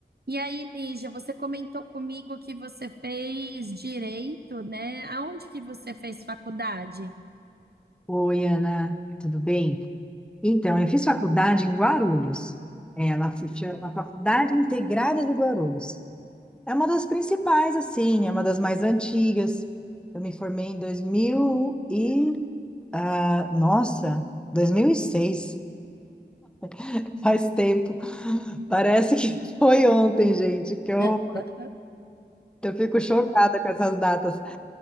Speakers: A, on the right; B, in the centre.
A: E aí, Lígia, você comentou comigo que você fez direito, né? Aonde que você fez faculdade?
B: Oi, Ana, tudo bem? Então, eu fiz faculdade em Guarulhos. Ela se chama Faculdade Integrada de Guarulhos. É uma das principais, assim, é uma das mais antigas. Eu me formei em 2000 e... ah, nossa, 2006. <laughs> Faz tempo. Parece que foi ontem, gente, que eu,
A: <laughs>
B: eu fico chocada com essas datas.